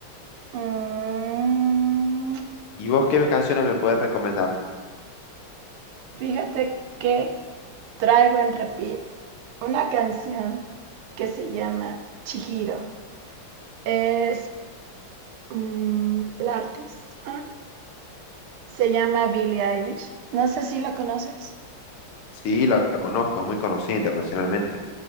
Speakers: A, on the right (about 85°); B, on the left (about 85°).
A: Mm,
B: ¿Y vos qué canciones me puedes recomendar?
A: fíjate que traigo en repeat una canción que se llama Chihiro. Es mm, la artista, se llama Billie Eilish. No sé si la conoces.
B: Sí, la, la conozco, es muy conocida internacionalmente.